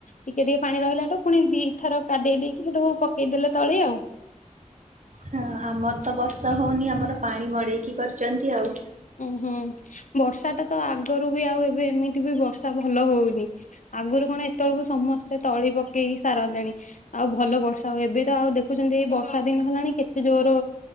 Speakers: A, on the left; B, on the right.
A: ଟିକେ ଟିକେ ପାଣି ରହିଲାଠୁ ପୁଣି ଦିଇ ଥର କାଦେଇ ଦେଇକି ସେଠୁ ପକେଇଦେଲେ ତଳି ଆଉ
B: ହଁ ଆମର ତ ବର୍ଷା ହଉନି ଆମର ପାଣି ମଡେଇକି କରିଛନ୍ତି ଆଉ
A: ଉଁ ହୁଁ ବର୍ଷାଟା ତ ଆଗରୁ ବି ଆଉ ଏବେ ଏମିତି ବି ବର୍ଷା ଭଲ ହଉନି। ଆଗରୁ କଣ ଏତେବେଳକୁ ସମସ୍ତେ ତଳି ପକେଇକି ସାରନ୍ତେଣି। ଆଉ ଭଲ ବର୍ଷା ହୁଏ ଏବେ ତ ଆଉ ଦେଖୁଛନ୍ତି ଏଇ ବର୍ଷା ଦିନ ହେଲାଣି କେତେ ଜୋର